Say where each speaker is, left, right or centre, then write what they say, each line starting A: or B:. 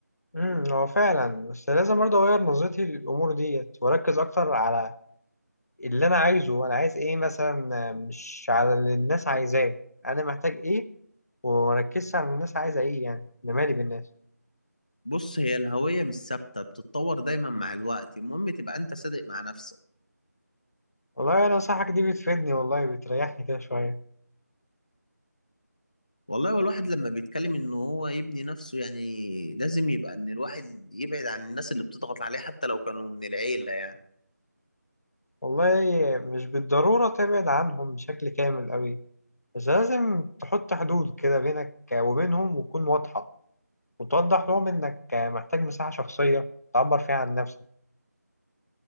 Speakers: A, on the left (about 60°); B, on the left (about 25°).
A: امم هو فعلا بس لازم برضه أغير نظرتي للأمور ديت وأركز أكتر على اللي أنا عايزه أنا عايز إيه مثلا آه، مش على اللي الناس عايزاه أنا محتاج إيه ومركزش على الناس عايزة ايه يعني انا مالي بالناس
B: بص هي الهوية مش ثابتة بتتطور دايما مع الوقت المهم تبقى أنت صادق مع نفسك
A: والله انا نصيحتك دي بتفيدني والله بتريحني كده شوية
B: والله والواحد لما بيتكلم إن هو يبني نفسه يعني لازم يبقى إن الواحد يبعد عن الناس اللي بتضغط عليه حتى لو كانوا من العيلة يعني
A: والله مش بالضرورة تبعد عنهم بشكل كامل قوي بس لازم تحط حدود كده بينك وبينهم وتكون واضحة وتوضح لهم انك محتاج مساحة شخصية تعبر فيها عن نفسك